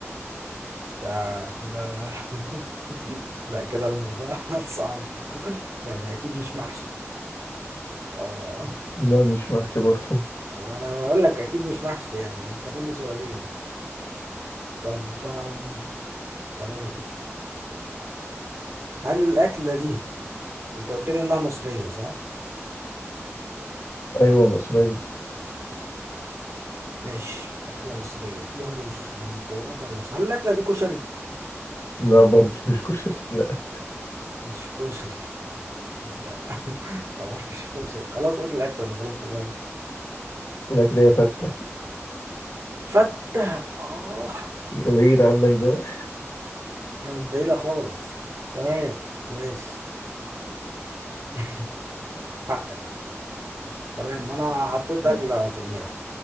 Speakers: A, on the right; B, on the left.
A: ده كده <laughs> ده كده الموضوع <laughs> صعب يعني اكيد مش محشي اه
B: لا مش محشي برضه
A: طب انا بقول لك اكيد مش محشي يعني فاضل لي سؤالين طب آم، تمام هل الاكله دي انت قلت لي انها مصريه صح
B: أيوه مصرية
A: ماشي اكله مصريه فيها رز من مكوناتها رز هل الاكله دي كشري
B: لا برضه مش كشري لا
A: مش كشري ازرق <laughs> طبعا مش كشري خلاص قول الاكله من غير حمار
B: لا كده يا فتة
A: فته اه
B: بعيد عنك ده
A: كانت بعيده خالص تمام ماشي <laughs> حقك تمام انا حطيت
B: <laughs>
A: اكله في دماغي